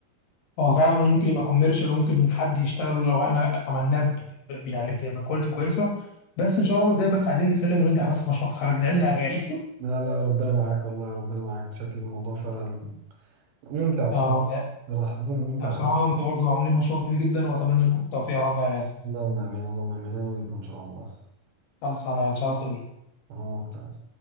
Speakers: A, on the left (about 80°); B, on the right (about 85°).
A: هو فعلا ممكن يبقى كوميرشال وممكن حد يشتغل لو احنا عملناه ب... ب- يعني ب- بكواليتي كويسه بس ان شاء الله مبدئيا بس عايزين نسلم وننجح بس في مشروع التخرج العلم يا غالي <laughs>
B: لا لا ربنا معاك والله ربنا معاك شكل الموضوع فعلا ممتع بصراحه
A: يا رب
B: بصراحه ممتع
A: أنا بصراحه وانت برضو عاملين مشروع جميل جدا واتمنى لكم التوفيق يا رب يا غالي
B: اللهم امين اللهم امين انا وانت ان شاء الله
A: خلص انا اتشرفت بيك
B: انا اكتر